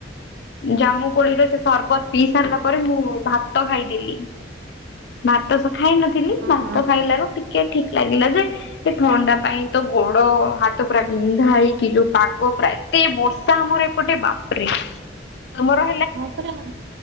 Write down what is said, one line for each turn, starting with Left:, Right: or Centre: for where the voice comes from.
Left: ଜାମୁ କୋଳିର ସେ ସରବତ ପିଇ ସାରିଲା ପରେ ମୁଁ ଭାତ ଖାଇଦେଲି। ଭାତ ତ ଖାଇ ନଥିଲି
Right: ହଁ
Left: ଭାତ
Right: ହଁ
Left: ଖାଇଲାରୁ ଟିକେ ଟ ଠିକ ଲାଗିଲା ଯେ ସେ ଥଣ୍ଡା ପାଇଁ ତ ଗୋଡ ହାତ ପୁରା ବିନ୍ଧା ହେଇକି ଯୋଉ ପାଗ ପୁରା ଏତେ ବର୍ଷା ଆମର ଏପଟେ ବାପରେ ତମର?
Right: ହଁ ପରା